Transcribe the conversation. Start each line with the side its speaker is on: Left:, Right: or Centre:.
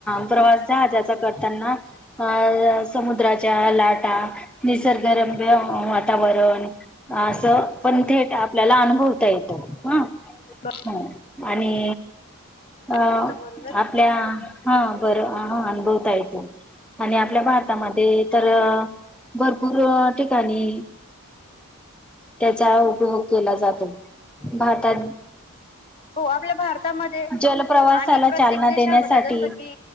Centre: प्रवास जहाजाचा करताना. फार समुद्राच्या लाटा, निसर्गरम्य वातावरण. असं, पण थेट आपल्याला अनुभवता येत हा.
Left: बर
Centre: ह आणि अ,
Left: येतो बरोबर
Centre: आपल्या हा, बर आ, हा अनुभवता येत. आणि आपल्या भारतामध्ये तर, भरपूर ठिकाणी. त्याचा उपयोग केला जातो. भारतात
Left: हो आपल्या भारतामध्ये
Centre: जलप्रवासाला
Left: आणि प्रत्येक
Centre: चालना
Left: देशामध्ये
Centre: देण्यासाठी
Left: जसं की